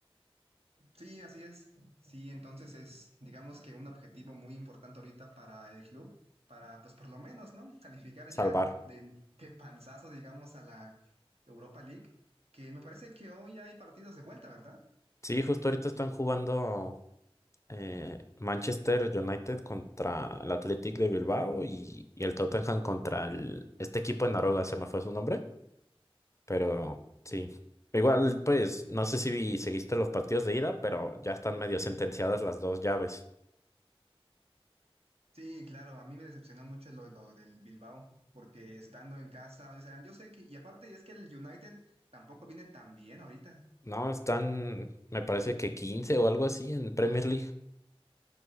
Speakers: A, on the right; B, on the left.
A: Sí, así es. Sí, entonces es, digamos que un objetivo muy importante ahorita para el club, para, pues por lo menos, ¿no? Calificar ya
B: Salvar.
A: de, de panzazo, digamos, a la Europa League, que me parece que hoy hay partidos de vuelta, ¿verdad?
B: Sí, justo ahorita están jugando. eh, Manchester United contra el Athletic de Bilbao y, y el Tottenham contra el, este equipo de Noruega, se me fue su nombre, pero sí. Igual, pues, no sé si vi- seguiste los partidos de ida, pero ya están medio sentenciadas las dos llaves.
A: Sí, claro, a mí me decepciona mucho lo, lo del Bilbao, porque estando en casa, o sea, yo sé que, y aparte es que el United tampoco viene tan bien ahorita.
B: No, están, me parece que 15 o algo así en Premier League.